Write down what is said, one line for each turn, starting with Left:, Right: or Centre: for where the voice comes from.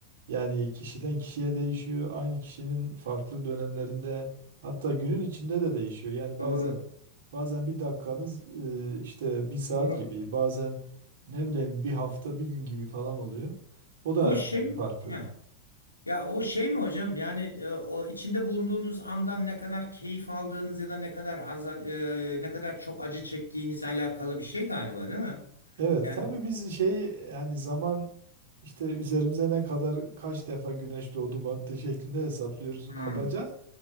Right: Yani kişiden kişiye değişiyor. Aynı kişinin farklı dönemlerinde hatta günün içinde de değişiyor. Yani bazen
Left: Doğru.
Right: Bazen bir dakikanız e, işte bir saat
Left: Doğru.
Right: gibi, bazen ne bileyim bir hafta bir gün gibi falan oluyor. O da
Left: O şey
Right: yani farklı.
Left: Heh. Ya o şey mi hocam? Yani e, o içinde bulunduğunuz andan ne kadar keyif aldığınız ya da ne kadar az e, ne kadar çok acı çektiğinizle alakalı bir şey galiba, değil mi?
Right: Evet
Left: Yani
Right: tabii
Left: ho-
Right: biz şey yani zaman işte üzerimize ne kadar kaç defa güneş doğdu battı şeklinde hesaplıyoruz
Left: Hmm,
Right: kabaca.